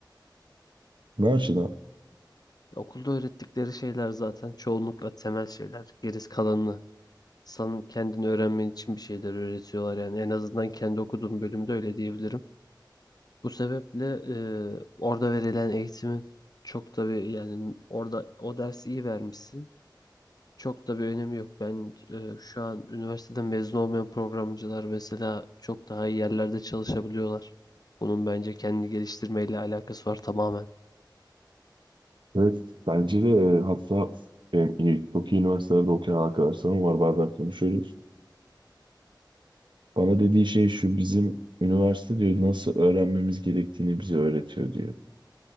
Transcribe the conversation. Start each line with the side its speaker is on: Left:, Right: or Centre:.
Right: Ne açıdan?
Left: Okulda öğrettikleri şeyler zaten çoğunlukla temel şeyler. Gerisi kalanını sen kendini öğrenmen için bir şeyler öğretiyorlar yani. En azından kendi okuduğum bölümde öyle diyebilirim. Bu sebeple e, orada verilen eğitimin çok da bir yani orada o dersi iyi vermişsin. Çok da bir önemi yok. Ben e, şu an üniversiteden mezun olmayan programcılar mesela çok daha iyi yerlerde çalışabiliyorlar. Bunun bence kendini geliştirmeyle alakası var tamamen.
Right: Evet, bence de e, hatta benim iyi, çok iyi üniversitelerde okuyan arkadaşlarım var bazen konuşuyoruz. Bana dediği şey şu bizim üniversite diyor nasıl öğrenmemiz gerektiğini bize öğretiyor diyor.